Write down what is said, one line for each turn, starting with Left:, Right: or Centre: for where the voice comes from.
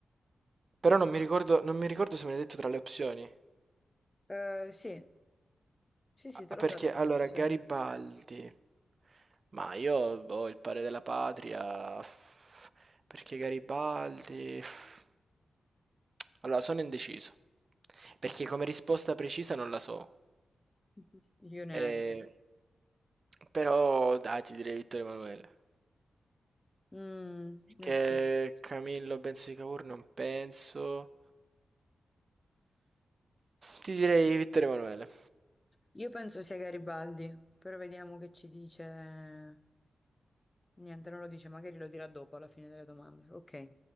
Right: Però non mi ricordo, non mi ricordo se me l'hai detto tra le opzioni.
Left: Eh, sì, sì, sì, te
Right: Ah,
Left: l'ho
Right: perché,
Left: dato tra
Right: allora,
Left: le opzioni.
Right: Garibaldi... Ma io ho il padre della patria... f- Perché Garibaldi... f- Allora, sono indeciso. Perché come risposta precisa non la so.
Left: <laughs> Io neanche.
Right: Eh, Però, dai, ti direi Vittorio Emanuele.
Left: Mm,
Right: Che
Left: ok.
Right: Camillo Benso di Cavour non penso. Ti direi Vittorio Emanuele.
Left: Io penso sia Garibaldi, però vediamo che ci dice. Niente, non lo dice, magari lo dirà dopo alla fine delle domande. Ok,